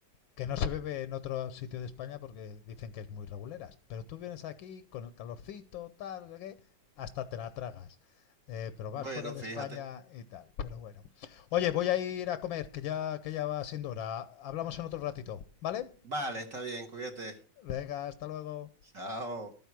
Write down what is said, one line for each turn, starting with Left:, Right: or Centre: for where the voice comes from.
Left: Que no se bebe en otro sitio de España porque dicen que es muy reguleras. Pero tú vienes aquí con el calorcito, tal, no sé qué, hasta te la tragas. Eh, pero vas
Right: Bueno,
Left: fuera
Right: fíjate.
Left: de España y tal. Pero bueno. Oye, voy a ir a comer, que ya, que ya va siendo hora. Hablamos en otro ratito, ¿vale?
Right: Vale, está bien, cuídate.
Left: Venga, hasta luego.
Right: Chao.